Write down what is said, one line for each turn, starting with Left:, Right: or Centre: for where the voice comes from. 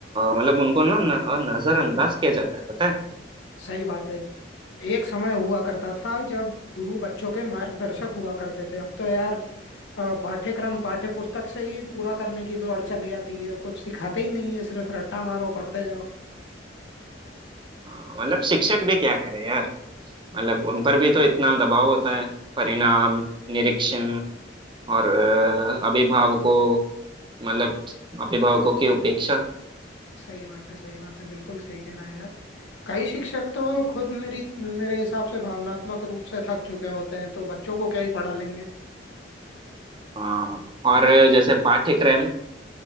Right: मतलब उनको ना न- नजरअंदाज किया जाता है पता है
Left: सही बात है एक समय हुआ करता था जब गुरु बच्चों के मार्गदर्शक हुआ करते थे अब तो यार अ, पाठ्यक्रम पाठ्य पुस्तक से ही पूरा करने की दौड़ चली जाती है कुछ सिखाते ही नहीं है सिर्फ रट्टा मारो पढ़ते जाओ
Right: अ, मतलब शिक्षक भी क्या करे यार मतलब उन पर भी तो इतना दबाव होता है परिणाम निरीक्षण और अ, अभिभावकों मतलब अभिभावकों की उपेक्षा
Left: सही बात है सही बात है बिल्कुल सही कह रहा है आप कई शिक्षक तो खुद मेरी मेरे हिसाब से भावनात्मक रूप से थक चुके होते हैं तो बच्चों को क्या ही पढ़ा लेंगे
Right: हाँ और जैसे पाठ्यक्रम अ,